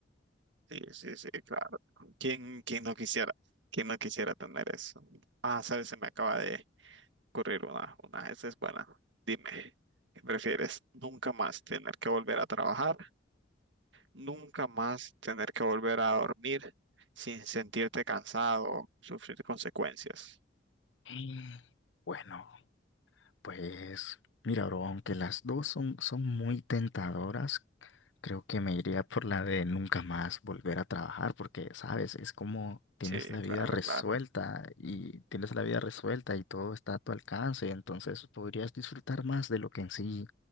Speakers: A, on the right (about 75°); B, on the left (about 85°).
A: Sí, sí, sí, claro. ¿Quién, quién no quisiera, quién no quisiera tener eso? Ah, sabes, se me acaba de ocurrir una, una, esa es buena. Dime, ¿qué prefieres? ¿Nunca más tener que volver a trabajar? Nunca más tener que volver a dormir sin sentirte cansado o sufrir consecuencias.
B: Y, Bueno. Pues mira, bro, aunque las dos son, son muy tentadoras, creo que me iría por la de nunca más volver a trabajar, porque, sabes, es como tienes
A: Sí,
B: la vida
A: claro,
B: resuelta
A: claro.
B: y tienes la vida resuelta y todo está a tu alcance, entonces podrías disfrutar más de lo que en sí